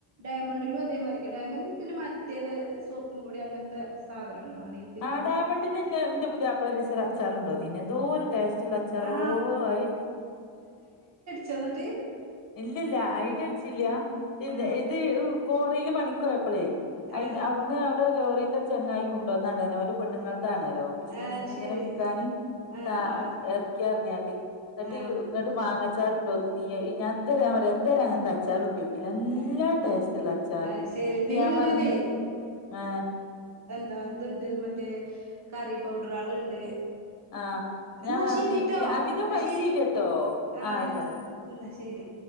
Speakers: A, on the right; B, on the left.
A: ഡയമണ്ട്ലുംഅതേമാരിക്ക് ഡയമണ്ട് പിന്നെമറ്റേത് സോപ്പുംപൊടി അങ്ങൻത്തെ സാധനങ്ങളാണ് ഇ
B: ആഹ് ഡയമണ്ട്ന്ന്ന്നെ ന്റെപുതിയാപ്ല ഒരീസം ഒരച്ചാറ് കൊണ്ടോന്നീനി എന്തോര് ടസ്റ്റ്ള്ള അ ച്ചാറോ
A: ആ
B: ആയി
A: ചെന്ന്ട്ട്
B: ഇല്ല്യല്ല ഐ ഡി അട്ച്ചില്ല്യാ ഇത്
A: ആ
B: ഇത് കോറീല് പണിക്കൊയ പ്പളേയ്
A: ആ
B: ഐ അവിടുന്ന് അവടെ ലോറിത്തെ ചെങ്ങായി കൊണ്ട് വന്നതാണ് പറഞ്ഞു ഓന്റെ പണ്ണ്ങ്ങൾതാണെലൊ ബിസിനസ്സ്
A: ആ ശരി
B: ഇങ്ങനെ വിൽക്കാന്
A: ആ
B: കാ
A: ആ
B: എർക്കി അറിഞ്ഞാല് എന്നിട്ട്
A: ആ
B: ഇങ്ങട്ട് മാങ്ങച്ചാറുണ്ടോന്ന് നീയേ ഞാൻ ഇത് വരെ ഞാൻ പറയാ ഇത് വരെ അങ്ങനത്തെ അച്ചാറു ട്ട്യോക്കിലാ നല്ല
A: ആ
B: ടേസ്റ്റുള്ള അച്ചാറ്
A: ആ ശരി ഇതിലുണ്ടതേ
B: ഞാൻ പറഞ്ഞി ആഹ്
A: ദാ അത്ണ്ട് മറ്റേ കറി പൗഡറ്കള് ഇണ്ട്
B: ആ
A: എന്നാ
B: ഞാൻ പറഞ്ഞ്
A: ശരിട്ടോ
B: അധികം
A: എന്നാ
B: പൈസ
A: ശരി
B: ഇല്ലട്ടോ ആ
A: ആന്ന്
B: ആയിക്കോട്ടെ
A: ഇന്നാ ശരി